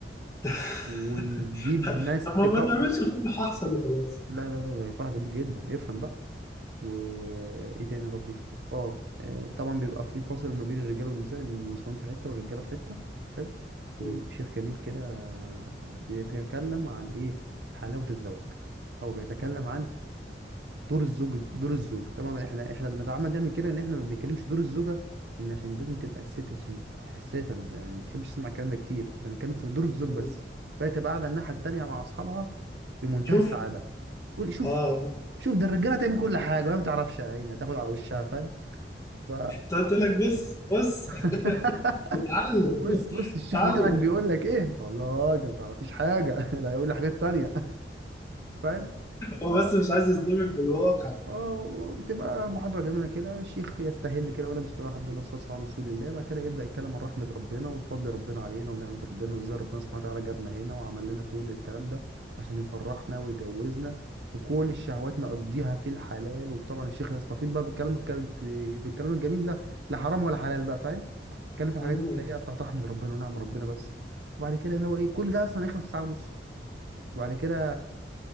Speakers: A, on the left; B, on the right.
A: <laughs>
B: ونجيب ناس
A: طب ما
B: تقوم
A: ما تعملش الفيلم أحسن وخلاص
B: لا لا لا ده فرع جميل جدا افهم بقى وايه تاني يا ربي اه آه، طبعا بيبقى في فاصل ما بين الرجاله والنساء النسوان في حته والرجاله في حته حلو وبيبقى
A: مم.
B: شيخ جميل كده بيتكلم عن ايه حلاوه الزواج او بيتكلم عن دور الزوج دور الزوج طبعا احنا احنا بنتعمد نعمل كده ان احنا ما بنتكلمش دور الزوجه لان عشان لازم تبقى الست عشان حساسه يعني ما بتحبش تسمع الكلام ده كتير فنتكلم في دور الزوج بس
A: مم.
B: فهي تبقى قاعده الناحيه التانيه مع اصحابها في منتهى
A: شوف
B: السعاده قول شوف
A: اه
B: شوف ده الرجاله تعمل كل حاجه وهي ما تعرفش يا عيني هتاخد على وشها فاهم ف
A: كنت قلت لك بص بص
B: <laughs>
A: <laughs> اتعلم
B: بص بص الشيخ
A: اتعلم
B: بتاعك بيقول لك ايه والله ده ما تعرفيش حاجه <laughs> ده هيقول لي حاجات تانيه فاهم
A: هو بس
B: آه.
A: مش عايز يصدمك بالواقع
B: اه وتبقى محاضرة جميلة كده الشيخ يستهل كده يقول لك بسم الله الرحمن الرحيم والصلاة والسلام على رسول الله بعد كده يبدأ يتكلم عن رحمة ربنا وفضل ربنا علينا ونعمة ربنا وازاي ربنا سبحانه وتعالى جابنا هنا وعمل لنا كل الكلام ده عشان يفرحنا ويجوزنا وكل الشهوات نقضيها في الحلال وطبعا الشيخ يستفيض بقى بالكلام الكل- في الكلام الجميل ده لا حرام ولا حلال بقى فاهم يتكلم في الحاجات
A: مم.
B: اللي هي بتاعت رحمة ربنا ونعم ربنا بس وبعد كده اللي هو ايه كل ده اصلا هيخلص في ساعة ونص وبعد كده